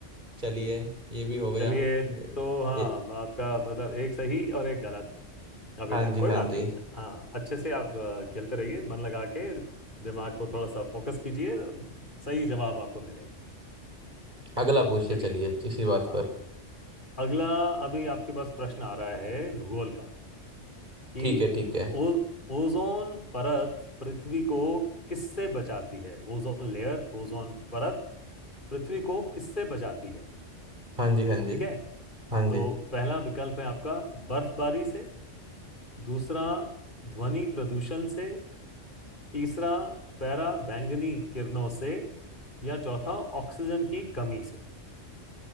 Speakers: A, on the right; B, on the left.
A: चलिए ये भी हो गया
B: चलिए तो हाँ
A: ए,
B: आपका मतलब एक सही और एक गलत अभी
A: हाँ
B: तक
A: जी
B: कोई
A: हाँ
B: बात
A: जी
B: नहीं हाँ अच्छे से आप अ, खेलते रहिए मन लगा के दिमाग को थोड़ा सा फोकस कीजिए सही जवाब आपको मिलेगा
A: अगला पूछिए
B: चलिए
A: चलिए इसी बात
B: हाँ
A: पर
B: अगला अभी आपके पास प्रश्न आ रहा है भूगोल का कि
A: ठीक है ठीक है
B: ओ, ओजोन परत पृथ्वी को किससे बचाती है ओजोन लेयर ओजोन परत पृथ्वी को किससे बचाती है
A: हाँ जी हाँ जी
B: ठीक है
A: हाँ
B: तो
A: जी
B: पहला विकल्प है आपका बर्फबारी से दूसरा ध्वनि प्रदूषण से तीसरा पैरा बैंगनी किरणों से या चौथा ऑक्सीजन की कमी से